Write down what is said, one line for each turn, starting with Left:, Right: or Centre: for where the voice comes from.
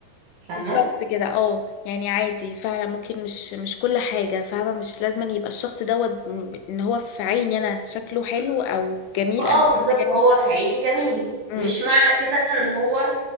Right: فاهمة؟
Left: بالظبط كده اه يعني عادي فعلا ممكن مش مش كل حاجة فاهمة مش لازم أن يبقى الشخص دوت م- إن هو في عيني أنا شايفاه جميل، انا شكله حلو أو جميل
Right: اه
Left: أنا
Right: بالظبط
Left: شايفاه جميل
Right: هو في عيني جميل
Left: امم
Right: مش معنى كده ان هو